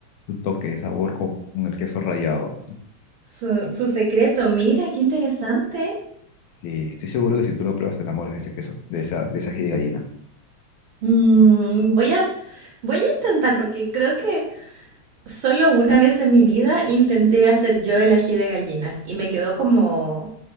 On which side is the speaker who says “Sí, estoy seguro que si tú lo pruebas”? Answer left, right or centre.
Left